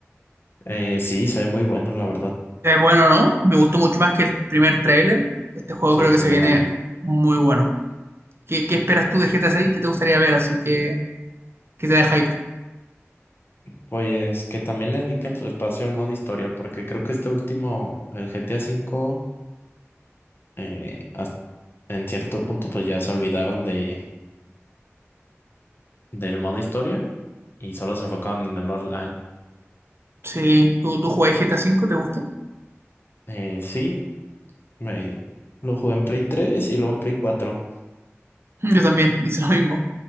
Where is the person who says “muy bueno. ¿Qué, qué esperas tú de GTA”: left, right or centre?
Right